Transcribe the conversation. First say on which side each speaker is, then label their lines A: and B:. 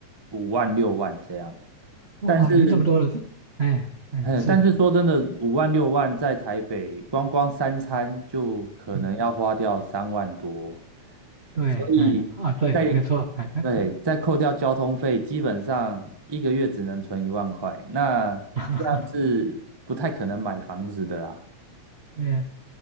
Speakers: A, on the right; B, on the right.
A: 五万六万这样。
B: 哇，
A: 但是，
B: 赢这么多了，这，哎，哎，
A: 哎，
B: 是，
A: 但是说真的，五万六万在台北光光三餐就可能要花掉三万多，
B: 嗯，嗯对，
A: 所以在
B: 哎，啊，对，没错，哎，哎
A: 对，再扣掉交通费，基本上一个月只能存一万块，那这样是不太可能买房子的啦。
B: <laughs> 对呀